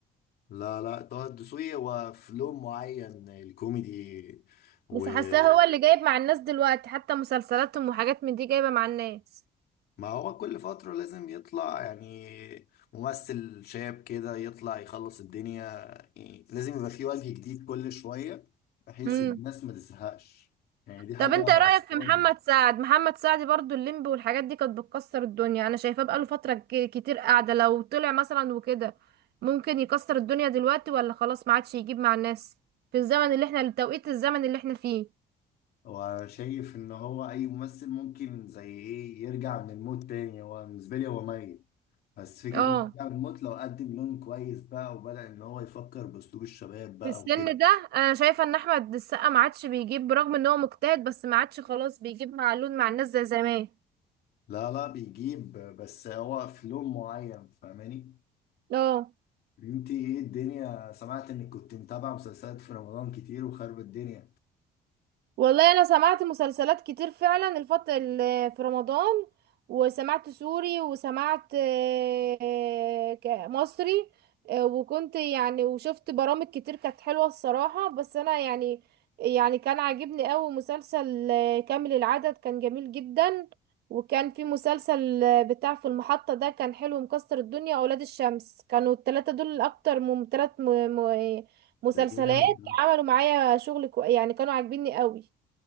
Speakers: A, on the left; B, on the right.
A: لا لا طه الدسوقي هو في لون معين الكوميدي وما
B: بس حاساه هو اللي جايب مع الناس دلوقتي حتى مسلسلاتهم وحاجات من دي جايبة مع الناس
A: هو كل فترة لازم يطلع يعني ممثل شاب كده يطلع يخلص الدنيا يعني لازم يبقى في وجه جديد كل شوية بحيث
B: امم
A: الناس ما تزهقش يعني دي حاجة
B: طب انت ايه رأيك
A: أسطورية
B: في محمد سعد محمد سعد برضو الليمبي والحاجات دي كانت بتكسر الدنيا انا شايفاه بقاله فترة ك- كتير قاعدة لو طلع مثلا وكده ممكن يكسر الدنيا دلوقتي ولا خلاص ما عادش يجيب مع الناس في الزمن اللي احنا التوقيت الزمن اللي احنا فيه
A: وشايف إن هو أي ممثل ممكن زي إيه يرجع من الموت تاني هو بالنسبة لي هو ميت بس فكرة
B: اه
A: إن يعمل موت لو قدم لون كويس بقى وبدأ إن هو يفكر بأسلوب الشباب بقى
B: في السن
A: وكده
B: ده انا شايفه ان احمد السقا ما عادش بيجيب برغم ان هو مجتهد بس ما عادش خلاص بيجيب معلول مع الناس زي زمان
A: لا لا بيجيب بس هو في لون معين فاهماني
B: لا
A: انتي ايه الدنيا سمعت انك كنت متابعة مسلسلات في رمضان كتير وخرب الدنيا
B: والله انا سمعت مسلسلات كتير فعلا الفط ال- في رمضان وسمعت سوري وسمعت آه، ك- مصري آه، وكنت يعني وشفت برامج كتير كانت حلوة الصراحة بس انا يعني يعني كان عاجبني قوي مسلسل آه، كامل العدد كان جميل جدا وكان في مسلسل آه، بتاع في المحطة ده كان حلو مكسر الدنيا اولاد الشمس كانوا التلاتة دول الاكتر من تلات م- م- مسلسلات
A: ده جامد ده.
B: عملوا معايا شغل كو... يعني كانوا عاجبيني قوي